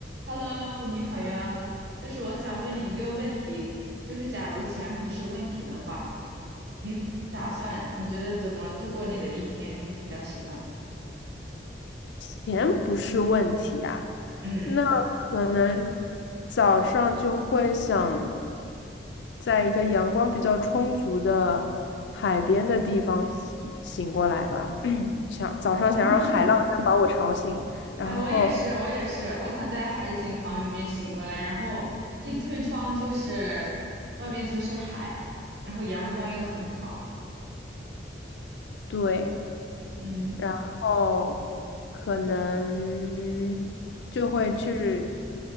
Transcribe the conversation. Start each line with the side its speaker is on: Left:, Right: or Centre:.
Right: Hello，你好呀，就是我想问你一个问题，就是假如钱不是问题的话，你打算你觉得怎么度过你的一天？你会比较喜欢？
Left: 钱不是问题啊，
Right: 嗯
Left: 那可能早上就会想在一个阳光比较充足的海边的地方醒醒过来吧，<clears throat> 想早上想让海浪声把我吵醒，
Right: 嗯，
Left: 然后
Right: 哎，我也是，我也是，我想在海景房里面醒过来，然后一推窗就是外面就是海，然后阳光又很好。
Left: 对，
Right: 嗯，
Left: 然后可能就会去